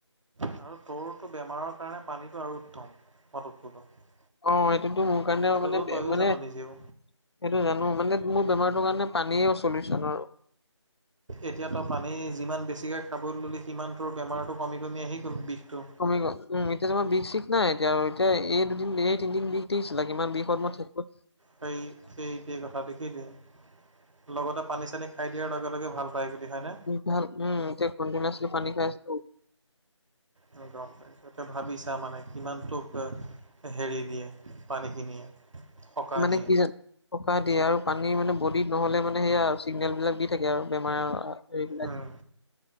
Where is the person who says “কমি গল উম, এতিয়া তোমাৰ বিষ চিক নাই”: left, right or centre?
Left